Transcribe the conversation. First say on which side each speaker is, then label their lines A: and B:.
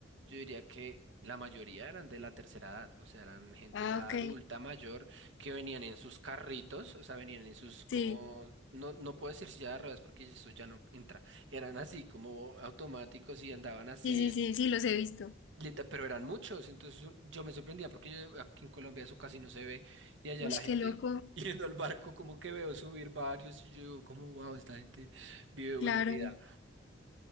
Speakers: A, on the right; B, on the left.
A: yo diría que la mayoría eran de la tercera edad, o sea, eran gente
B: Ah,
A: ya
B: ok.
A: adulta, mayor, que venían en sus carritos, o sea, venían en sus como,
B: Sí.
A: no, no puedo decir silla de ruedas porque eso ya no entra, eran así como automáticos y andaban así,
B: Sí, sí,
A: en-
B: sí, sí, los he visto.
A: Lita- Pero eran muchos, entonces un- yo me sorprendía porque yo- aquí en Colombia eso casi no se ve y allá
B: Uy,
A: la gente
B: qué loco.
A: <laughs> yendo al barco como que veo subir varios y yo digo como wow, esta gente vive buena
B: Claro.
A: vida.